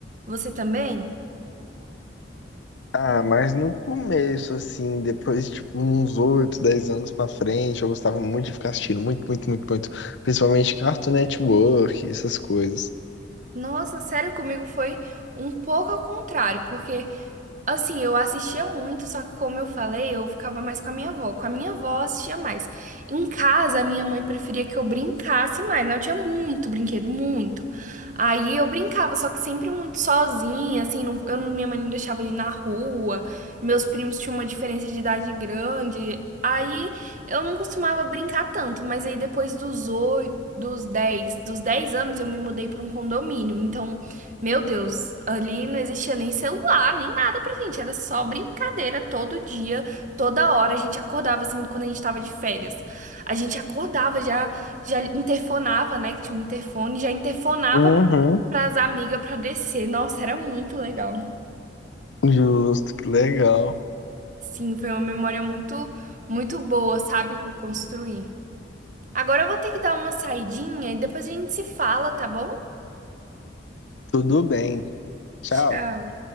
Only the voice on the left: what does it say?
Ah, mas no começo, assim, depois, tipo, uns 8, 10 anos pra frente, eu gostava muito de ficar assistindo, muito, muito, muito, muito. Principalmente Cartoon Network, essas coisas.
Uhum.
Justo, que legal.
Tudo bem. Tchau.